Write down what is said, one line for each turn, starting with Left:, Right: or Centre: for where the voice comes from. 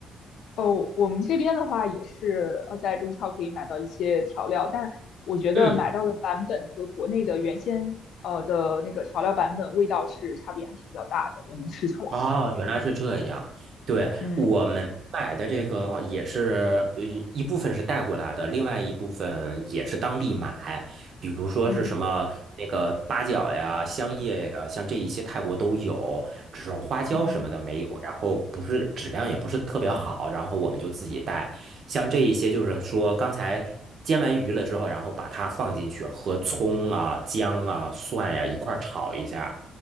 Left: 哦，我们这边的话也是呃，在中超可以买到一些调料，但我觉得买到的版本和国内的原先呃的那个调料版本味道是差别还是比较大的，
Right: 嗯。
Left: 我能吃出来。
Right: 哦，原来是这样。对，
Left: 嗯
Right: 我嗯们买的这个也是，呃一部分是带过来的，另外一部分也是当地买，比如说是什么那个八角呀、
Left: 嗯
Right: 香叶呀，像这一些泰国都有，只是花椒什么的没有，
Left: 嗯
Right: 然后不是质量也不是特别好，然后我们就自己带。像这一些就是说刚才。煎完鱼了之后，然后把它放进去，和葱啊、姜啊、蒜呀、一块儿炒一下。